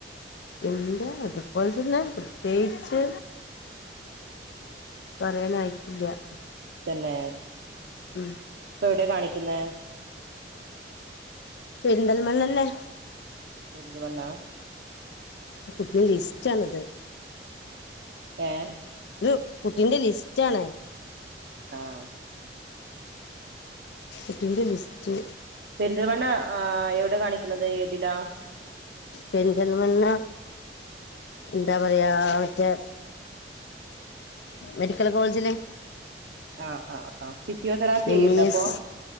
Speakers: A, on the left; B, on the right.
A: എന്താ അത്പോലെ തന്നെ പ്രത്യേയിച്ച് പറയാനായിട്ടില്ല്യാ
B: തന്നെ
A: ഉം
B: പ്പെ എവ്ടെ കാണിക്കുന്നെ?
A: പെരിന്തൽമണ്ണന്നെ
B: പെരിന്തൽമണ്ണ
A: ആകുട്ടിന്റെ ലിസ്റ്റാണത്
B: ഏഹ്
A: ത് കുട്ടിന്റെ ലിസ്റ്റാണ്.
B: ആഹ്
A: കുട്ടിന്റെ ലിസ്റ്റ്
B: പെരിന്തൽമണ്ണ ആഹ് എവ്ടെ കാണിക്കുന്നത്. ഏതിലാ?
A: പെരിന്തൽമണ്ണ എന്താ പറയാ മറ്റേ മെഡിക്കൽ കോൾജില്
B: ആഹ് ആഹ് ആഹ് ഫിസിയോതെറാപ്പി
A: എം
B: എയ്യ്ണ്ടോ
A: ഇ എസ്
B: പ്പോ